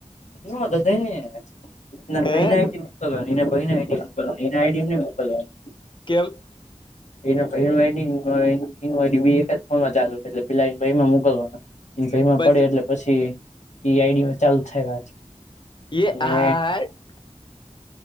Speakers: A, on the left; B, on the left.
A: નો તો થઈ ને <unintelligible>
B: હે
A: મોકલવાની એના ભઈને આઈડી મોકલવાની એના આઈડીને મોકલવાની
B: કેમ
A: એના ભાઈ નું આઈડી <unintelligible> એ એક જ ફોનમાં ચાલુ છે એટલે પેલા એના ભઈ માં મોકલવાના એના ભઈમાં
B: પણ
A: પડે એટલે પછી એ આઈડી મા ચાલુ થાય વાત
B: એ
A: અને
B: આહા ર